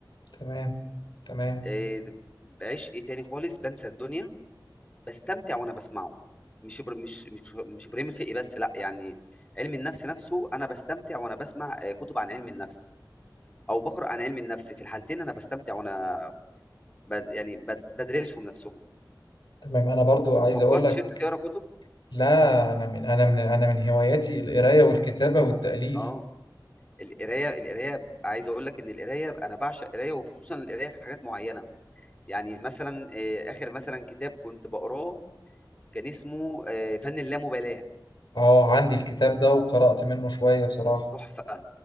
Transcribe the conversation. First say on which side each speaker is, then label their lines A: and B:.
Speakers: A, on the left (about 70°); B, on the left (about 15°).
A: تمام تمام
B: آه، بعشق تاني خالص بنسى الدنيا بستمتع وانا بسمعه مش إبر... مش مش مش ابراهيم الفقي بس لا يعني علم النفس نفسه انا بستمتع وانا بسمع آه، كتب عن علم النفس او بقرا عن علم النفس في الحالتين انا بستمتع وانا بد... يعني بد... بدرسهم نفسهم
A: تمام انا برضو عايز
B: ما فكرتش
A: اقول لك
B: أنت تقرا كتب؟
A: لا انا من انا من انا من هواياتي القرايه والكتابه والتاليف
B: آه، القراية القراية عايز أقول لك إن القراية أنا باعشق القراية وخصوصًا القراية في حاجات معينة، يعني مثلًا آآ، آخر مثلًا كتاب كنت باقراه كان اسمه آآ، فن اللامبالاة،
A: اه عندي الكتاب ده وقرات منه شويه بصراحه
B: تحفة،